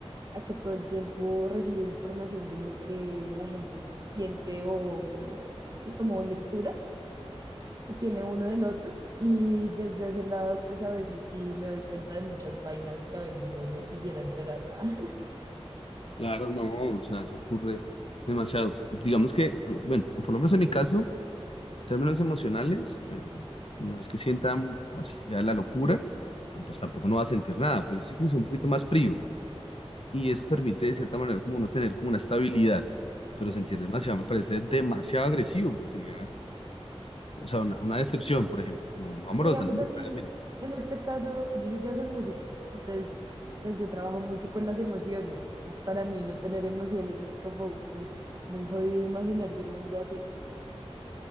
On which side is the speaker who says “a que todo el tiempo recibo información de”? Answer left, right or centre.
Right